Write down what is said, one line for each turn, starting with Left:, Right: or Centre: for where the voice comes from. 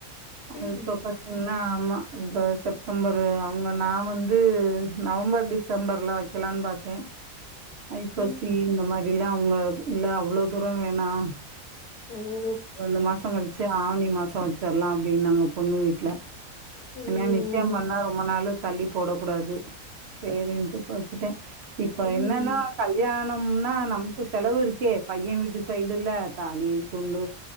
Right: அதுக்கப்ப
Left: ம்
Right: என்ன ஆமா இப்ப செப்டம்பரு அவங்க நான் வந்து நவம்பர் டிசம்பர்ல வைக்கலாம்ன்னு பாத்தேன் ஐப்பசி
Left: ம்
Right: இந்த மாதிரிலாம் அவங்க இல்ல அவ்வளோ தூரம் வேணாம்
Left: ஓ
Right: ரெண்டு மாசம் கழிச்சு ஆவணி மாசம் வச்சிடலாம் அப்படின்னாங்க பொண்ணு வீட்ல
Left: ஓ ம்
Right: இன்னும் நிச்சயம் பண் ஆனா ரொம்ப நாள் தள்ளி போட கூடாது செரின்னுட்டு போ வச்சுட்டேன் இப்ப
Left: ம்
Right: என்னன்னா கல்யாணம்னா நமக்கு செலவு இருக்கே பையன் வீட்டு சைடுல தாலி துண்டு